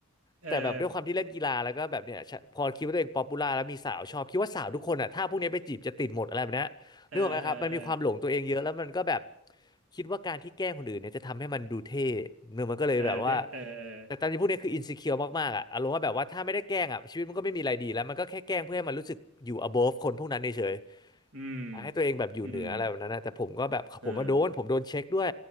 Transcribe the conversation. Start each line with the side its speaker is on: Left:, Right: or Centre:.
Right: เออ
Left: แต่แบบด้วยความที่เล่นกีฬาแล้วก็แบบเนี้ยชะพอคิดว่าตัวเองป๊อปปูล่าแล้วมีสาวชอบคิดว่าสาวทุกคนอ่ะถ้าพวกเนี้ยไปจีบจะติดหมดอะไรแบบเนี้ยนึกออกไหมครับมันมีความหลงตัวเองเยอะแล้วมันก็แบบ
Right: เออเออเออ
Left: คิดว่าการที่แกล้งคนอื่นเนี่ยจะทำให้มันดูเท่เนื้อมันก็เลยแบบว่า
Right: เออเรียกเออเออ
Left: แต่ตามที่พูดเนี่ยคืออิน e ิเคียวมากๆอะอารมณ์ว่าแบบว่าถ้าไม่ได้แกล้งอะชีวิตมันก็ไม่มีอะไรดีแล้วมันก็แค่แกล้งเพื่อให้มันรู้สึกอยู่ above คนพวกนั้นเฉยๆให้ตัวเองแบบอยู่เหนืออะไรแบบนั้นนะแต่ผมก็แบบผมมาโดนผมโดนเช็คด้วย
Right: อืมอืมเออ